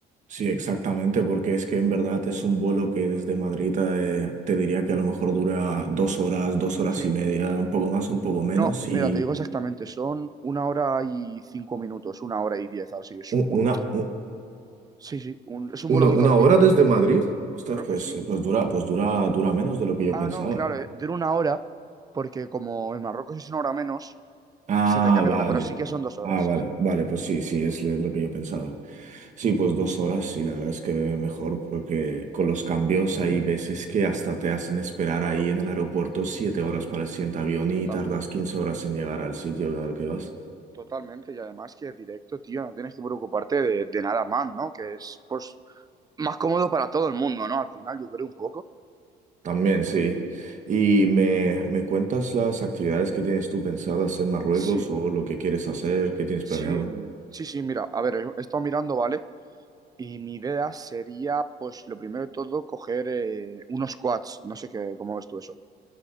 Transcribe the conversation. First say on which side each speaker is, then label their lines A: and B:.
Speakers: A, on the right (about 45°); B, on the right (about 20°).
A: Sí, exactamente, porque es que en verdad es un vuelo que desde Madrid eh, te, diría que a lo mejor dura dos horas, dos horas
B: Sí.
A: y media, un poco más, un poco menos,
B: No,
A: y
B: mira, te digo exactamente, son una hora y cinco minutos, una hora y diez, así es
A: u-
B: un,
A: una, u-
B: sí, sí, un- es un
A: una,
B: vuelo muy
A: una
B: cortito.
A: hora desde Madrid, ostras,
B: Creo
A: pues,
B: que sí.
A: pues dura, pues dura, dura menos de lo que yo
B: Ah,
A: pensaba.
B: no, claro, eh, dura una hora, porque como en Marruecos es una hora menos,
A: Ah,
B: se te cambia
A: vale.
B: la hora, pero sí que son dos horas,
A: Ah, vale,
B: sí, sí.
A: vale, pues sí, sí, es lo que yo pensaba. Sí, pues dos horas, sí, la verdad es que mejor, porque con los cambios hay veces que hasta te hacen esperar
B: Claro,
A: ahí en el aeropuerto siete horas para el siguiente avión
B: totalmente,
A: y tardas 15 horas en llegar al sitio al que vas.
B: totalmente. Y además que es directo, tío, no tienes que preocuparte de, de nada más, ¿no? Que es, pues, más cómodo para todo el mundo, ¿no? Al final, yo creo un poco.
A: También, sí. ¿Y me, me cuentas las actividades que tienes tú pensadas en Marruecos
B: Sí,
A: o lo que quieres hacer, qué tienes
B: sí,
A: planeado?
B: mm, sí, sí, mira, a ver, he he estado mirando, ¿vale? Y mi idea sería, pues, lo primero de todo, coger eh, unos quads. No sé qué, cómo ves tú eso.